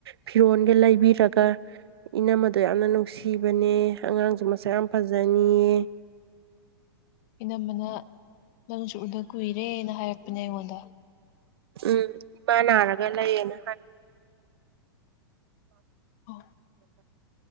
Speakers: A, on the right; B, on the left.
A: ꯐꯤꯔꯣꯜꯒ ꯂꯩꯕꯤꯔꯒ ꯏꯅꯝꯃꯗꯣ ꯌꯥꯝꯅ ꯅꯨꯡꯁꯤꯕꯅꯦ ꯑꯉꯥꯡꯁꯨ ꯃꯁꯥ ꯌꯥꯝ ꯐꯖꯅꯤꯌꯦ
B: ꯏꯅꯝꯃꯅ ꯅꯪꯁꯨ ꯎꯗ ꯀꯨꯏꯔꯦꯅ ꯍꯥꯏꯔꯛꯄꯅꯦ ꯑꯩꯉꯣꯟꯗ
A: ꯎꯝ ꯏꯃꯥ ꯅꯥꯔꯒ ꯂꯩꯌꯦꯅ ꯍꯥꯏ
B: ꯑꯣ